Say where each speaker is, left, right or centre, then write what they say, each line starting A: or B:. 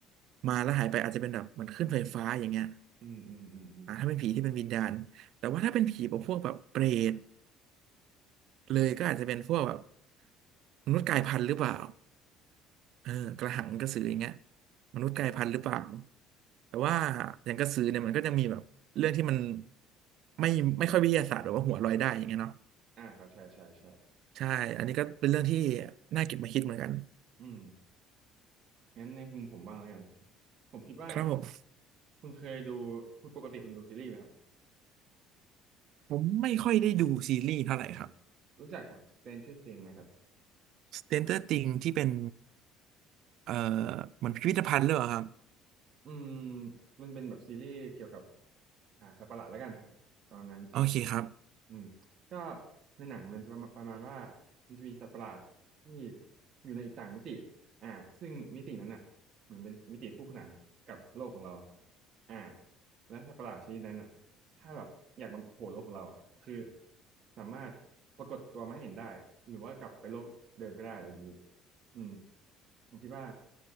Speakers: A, on the right; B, on the right.
A: มาแล้วหายไปอาจจะเป็นแบบเหมือนขึ้นไฟฟ้าอย่างเงี้ย
B: อืมอืมอืมอืม
A: อ่าถ้าเป็นผีที่เป็นวิญญาณแต่ว่าถ้าเป็นผีแบบพวกแบบเปรตเลยก็อาจจะเป็นพวกแบบมนุษย์กลายพันธุ์หรือเปล่า เออกระหังกระสืออย่างเงี้ยมนุษย์กลายพันธุ์หรือเปล่าแต่ว่าอย่างกระสือเนี่ยมันก็จะมีแบบเรื่องที่มันไม่ไม่ค่อยวิทยาศาสตร์หรือว่าหัวลอยได้อย่างเงี้ยเนาะ
B: อ่าครับใช่ใช่ใช่
A: ใช่อันนี้ก็เป็นเรื่องที่น่าเก็บมาคิดเหมือนกัน
B: อืมงั้นในมุมผมบ้างแล้วกันผมคิดว่า
A: ครับผม
B: คุณเคยดูคุณปกติคุณดูซีรีส์ไหมครับ
A: ผมไม่ค่อยได้ดูซีรีส์เท่าไหร่ครับ
B: อ่ารู้จักแบบ Stranger Things ไหมครับ
A: Stranger Things ที่เป็นเอ่อเหมือนพิพิธภัณฑ์หรือเปล่าครับ
B: อืมมันเป็นแบบซีรีส์เกี่ยวกับอ่าสัตว์ประหลาดแล้วกันประมาณนั้น
A: โอเคครับ
B: อืมก็ในหนังมันจะประมาณประมาณว่ามันจะมีสัตว์ประหลาดที่อยู่ในอีกต่างมิติอ่าซึ่งมิตินั้นอ่ะเหมือนเป็นมิติคู่ขนานกับโลกของเราอ่าและสัตว์ประหลาดชนิดนั้นอ่ะถ้าแบบอยากมาโผล่โลกของเราอ่ะคือสามารถปรากฏตัวมาให้เห็นได้หรือว่ากลับไปโลกเดิมก็ได้อะไรอย่างนี้อืมผมคิดว่า